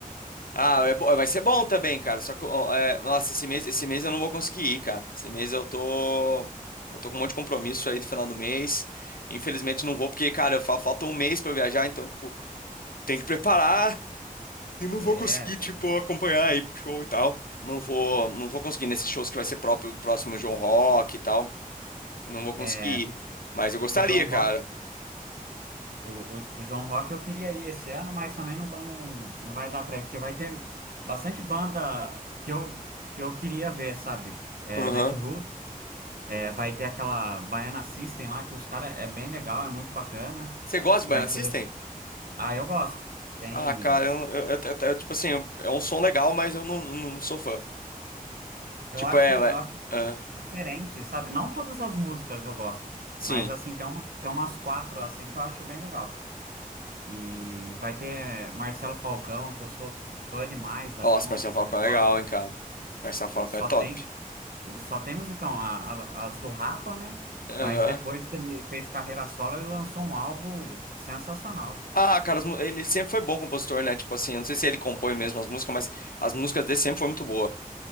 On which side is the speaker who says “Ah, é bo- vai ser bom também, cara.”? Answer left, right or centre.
Left